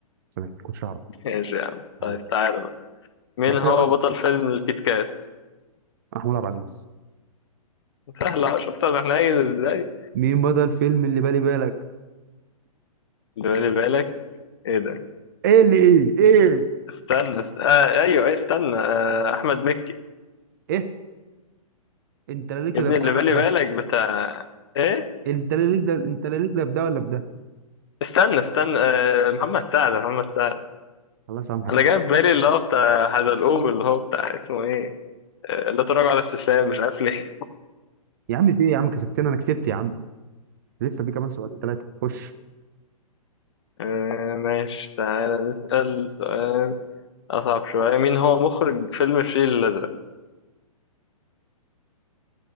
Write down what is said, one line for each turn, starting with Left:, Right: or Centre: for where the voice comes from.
Right: سامحني كنتش اعرف
Left: ماشي يا عم
Right: معلش
Left: طيب تعالى بقى مين
Right: بعد كده
Left: هو
Right: اقول
Left: بطل فيلم الكيت كات
Right: محمود عبد العزيز
Left: سهلة شفت انا حنين ازاي
Right: مين بدا الفيلم اللي بالي بالك
Left: اللي بالي بالك ايه ده
Right: ايه اللي ايه ايه
Left: استنى است... آه ايوه أيوة، استنى آه احمد مكي
Right: ايه انت لا ليك
Left: يا
Right: لا
Left: ابني
Right: في
Left: اللي
Right: ده ولا
Left: بالي
Right: في ده
Left: بالك بتاع ايه
Right: انت لا ليك ده انت لا ليك لا في ده ولا في ده
Left: استنى استنى آه، محمد سعد محمد سعد
Right: الله يسامحك
Left: انا جاي في بالي اللي هو بتاع حزلقوم اللي هو بتاع اسمه ايه آه، لا تراجع ولا استسلام مش عارف ليه <laughs>
Right: يا عم في ايه يا عم كسبتنا انا كسبت يا عم لسه في كمان سؤال ثلاثه خش
Left: آه، ماشي تعالى نسأل سؤال اصعب شوية مين هو مخرج فيلم الفيل الازرق